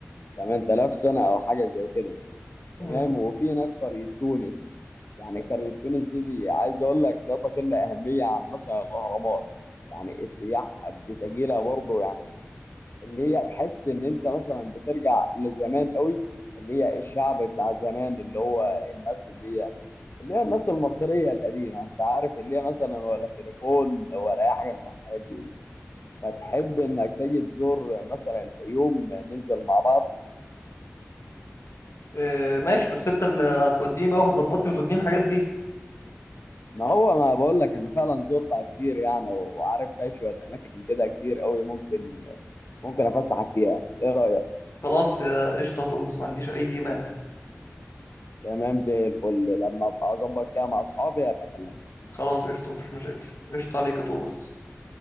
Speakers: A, on the left; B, on the left.
A: 8000 سنه او حاجه زي كده
B: مم.
A: تمام وفي هناك قريه تونس يعني قريه تونس دي, دي عايز اقول لك لا تقل اهميه عن مثلا الاهرامات يعني السياح بتجي لها برضه يعني ان هي تحس ان انت مثلا بترجع لزمان قوي اللي هي الشعب بتاع زمان اللي هو الناس اللي هي اللي هي الناس المصريه القديمه انت عارف اللي هي مثلا ولا تليفون ولا اي حاجه من الحاجات دي فتحب انك تيجي تزور مثلا الفيوم ننزل مع بعض
B: آه، ماشي بس أنت اللي هتوديني بقى وهتظبطني وتوديني الحاجات دي
A: ما هو ما بقول لك انا فعلا زرتها كتير يعني وعارف فيها شويه اماكن كده كتير قوي ممكن ممكن افسحك فيها ايه رايك
B: خلاص يا قشطة يا توماس ما عنديش أي مانع
A: تمام زي الفل لما ابقى اظبط كده مع اصحابي ابقى اكلمك
B: خلاص قشطة مفيش مشاكل قشطة عليك يا توماس